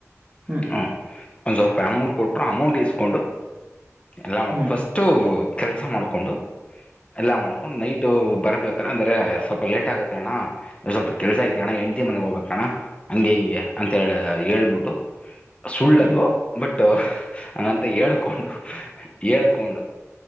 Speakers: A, on the right; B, on the left.
A: ಹ್ಮ್
B: <unintelligible> ಒಂದು ಸರಪಾಯಿಮೌಟ್ ಕೊಟ್ಟರು ಅಮಂಟ್ ಇಸ್ಕು ಎಲ್ಲ ಮಾಡ
A: ಹ್ಮ್
B: ಫಸ್ಟು ಕೆಲ್ಸ ಮಾಡ್ಕೊಂಡು ಎಲ್ಲ ಮಾಡ್ಕೊಂಡು ನೈಟ್ ಬರ್ಬೇಕಣ ಅಂದ್ರೆ ಸ್ವಲ್ಪ ಲೇಟ್ ಆಗುತ್ತೆ ಅಣ್ಣ ಸ್ವಲ್ಪ ಕೆಲ್ಸ ಐತಿ ಅಣ್ಣ ಎಂಡತಿ ಮನೆಗ್ ಹೋಗ್ಬೇಕಣ ಹಂಗೆ ಹಿಂಗೆ ಅಂತ ಹೇಳ ಹ ಹೇಳ್ಬಿಟ್ಟು. ಸುಳ್ಳದು
A: ಹ್ಮ್
B: ಬಟ್. ಹಂಗಂತ ಹೇಳ್ ಕೊಂಡು ಹಳ್ಕೊಂಡು